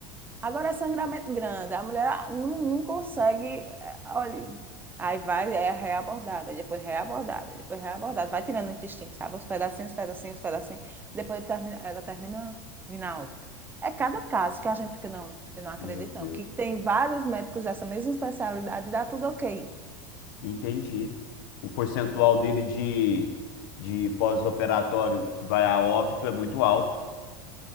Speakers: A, on the right; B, on the left.
A: Agora é sangramento grande, a mulher ah, não, não consegue, é, olha, aí vai, é reabordada, depois reabordada, depois reabordada, vai tirando o intestino, sabe? Os pedacinhos, pedacinhos, pedacinhos, depois termina- ela termina vindo a óbito. É cada caso que a gente fica, não, eu não acredito
B: Meu Deus.
A: não, que tem vários médicos dessa mesma especialidade e dá tudo ok,
B: Entendi. O percentual dele de, de pós-operatório que vai a óbito é muito alto.